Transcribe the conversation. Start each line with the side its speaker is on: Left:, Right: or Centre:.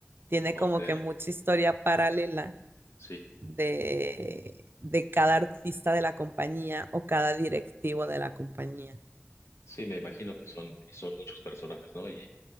Right: Tiene
Left: ok.
Right: como que mucha historia paralela
Left: Sí,
Right: de, de cada artista de la compañía o cada directivo de la compañía.
Left: sí, me imagino que son, y son muchos personajes, ¿no? Y